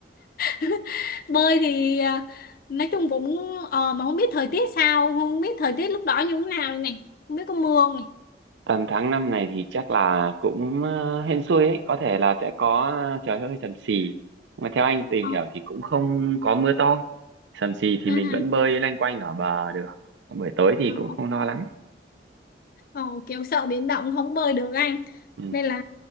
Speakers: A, on the left; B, on the right.
A: <laughs> Bơi thì à, nói chung cũng ờ mà không biết thời tiết sao, không biết thời tiết lúc đó như thế nào đây này, không biết có mưa không này.
B: tầm tháng năm này thì chắc là cũng ờ, hên xui ấy có thể là sẽ có trời hơi sầm xì mà theo anh tìm
A: Ờ,
B: hiểu thì cũng không có mưa to sầm xì
A: ừ,
B: thì mình vẫn bơi lanh quanh ở bờ được buổi tối thì
A: ờ,
B: cũng không lo lắng
A: Ồ, kiểu sợ biển động không bơi được anh
B: ừ.
A: nên là